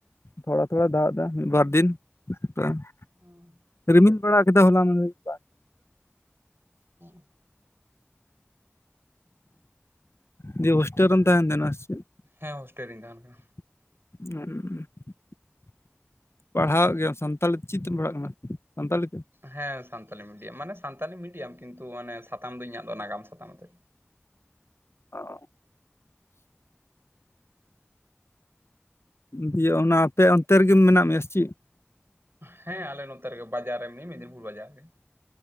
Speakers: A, on the left; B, on the right.
A: ᱛᱷᱚᱲᱟ ᱛᱷᱚᱲᱟᱭ ᱫᱟᱜ ᱮᱫᱟ ᱢᱤᱫ ᱵᱟᱨ ᱫᱤᱱ᱾ <inaudible>
B: ᱦᱮᱸ <unintelligible>
A: ᱨᱤᱢᱤᱞ ᱵᱟᱲᱟ ᱠᱮᱫᱟ ᱦᱚᱞᱟ ᱢᱟᱫᱷᱮᱨ ᱢᱤᱫ ᱵᱟᱨ ᱾
B: ᱦᱮᱸ <unintelligible>
A: ᱫᱤᱭᱮ ᱦᱚᱥᱴᱮᱞ ᱨᱮᱢ ᱛᱟᱦᱮᱱ ᱛᱟᱦᱮᱸ ᱟ ᱥᱮ ᱪᱮᱫ?
B: ᱦᱮᱸ ᱦᱳᱥᱴᱮᱞ ᱨᱤᱧ ᱛᱟᱦᱮᱱ ᱠᱟᱱᱟ᱾
A: <inaudible> ᱯᱟᱲᱦᱟᱣ ᱮᱫ ᱜᱮᱭᱟᱢ ᱾ ᱥᱟᱱᱛᱟᱞᱤ ᱛᱮ ᱪᱤᱫ ᱛᱮᱢ ᱯᱟᱲᱦᱟᱜ ᱠᱟᱱᱟ ᱥᱟᱱᱛᱟᱞᱤ ᱛᱮ᱾
B: ᱦᱮᱸ ᱥᱟᱱᱛᱟᱞᱤ ᱢᱤᱰᱤᱭᱟᱢ᱾ ᱢᱟᱱᱮ ᱥᱟᱱᱛᱟᱞᱤ ᱢᱤᱰᱤᱭᱟᱢ ᱠᱤᱱᱛᱩ ᱢᱟᱱᱮ ᱥᱟᱛᱟᱢ ᱫᱚ ᱤᱧᱟᱹᱜ ᱫᱚ ᱱᱟᱜᱟᱢ ᱥᱟᱛᱟᱢ ᱛᱮ᱾
A: ᱚ <inaudible> ᱫᱤᱭᱮ ᱚᱱᱟ ᱟᱯᱮ ᱚᱱᱛᱮ ᱨᱮᱜᱮᱢ ᱢᱮᱱᱟᱜ ᱢᱮᱭᱟ ᱥᱤ ᱪᱤᱫ?
B: ᱦᱮᱸ ᱟᱞᱮ ᱱᱚᱛᱮ ᱨᱮᱜᱮ, ᱵᱟᱡᱟᱨ ᱨᱮ ᱢᱤᱱᱟᱹᱧ-ᱟ ᱢᱮᱫᱱᱤᱯᱩᱨ ᱵᱟᱡᱟᱨ ᱨᱮ᱾